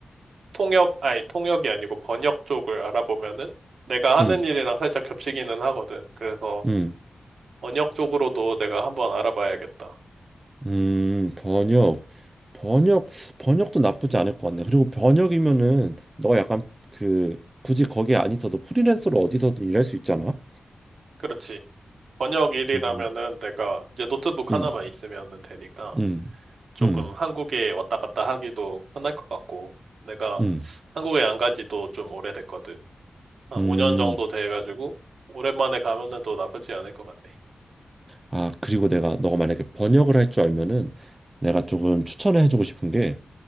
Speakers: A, on the right; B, on the right.
A: 통역, 아니, 통역이 아니고 번역 쪽을 알아보면은 내가 하는
B: 음,
A: 일이랑 살짝 겹치기는 하거든. 그래서
B: 음,
A: 번역 쪽으로도 내가 한번 알아봐야겠다.
B: 음, 번역, 번역, 번역도 나쁘지 않을 것 같네. 그리고 번역이면은 너 약간 그 굳이 거기에 안 있어도 프리랜서로 어디서든 일할 수 있잖아.
A: 그렇지. 번역 일이라면은
B: 음,
A: 내가 이제 노트북
B: 음,
A: 하나만 있으면은 되니까
B: 음,
A: 조금
B: 음,
A: 한국에 왔다 갔다 하기도 편할 것 같고 내가
B: 음,
A: 한국에 안 간 지도 좀 오래됐거든. 한
B: 음.
A: 5년 정도 돼가지고 오랜만에 가면은 또 나쁘지 않을 것 같네.
B: 아, 그리고 내가 너가 만약에 번역을 할 줄 알면은 내가 조금 추천을 해주고 싶은 게